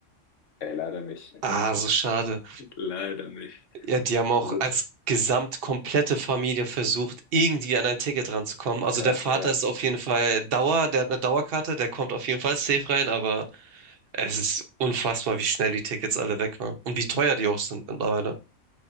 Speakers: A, on the left (about 75°); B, on the right (about 55°).
A: Ey, leider nicht.
B: Ah, so schade.
A: Leider nicht.
B: Ja, die haben auch
A: Also,
B: als gesamt komplette Familie versucht, irgendwie an ein Ticket ranzukommen. Also
A: ja,
B: der Vater
A: ja.
B: ist auf jeden Fall Dauer, der hat eine Dauerkarte, der kommt auf jeden Fall safe rein, aber Es ist unfassbar, wie schnell die Tickets alle weg waren und wie teuer die auch sind mittlerweile.